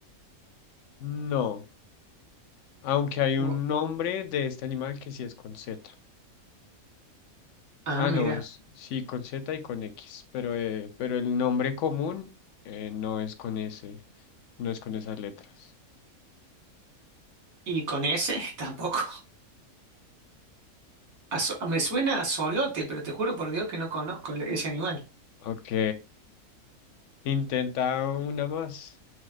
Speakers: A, on the left; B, on the right.
A: No. Aunque hay un
B: O-
A: nombre de este animal que sí es con Z.
B: ah,
A: Ah,
B: mira.
A: no, es sí con Z y con X, pero, eh, pero el nombre común eh, no es con ese, no es con esas letras.
B: ¿Y con S? <laughs> Tampoco. A so- me suena a solote, pero te juro por Dios que no conozco el- ese animal.
A: Ok, intenta una más.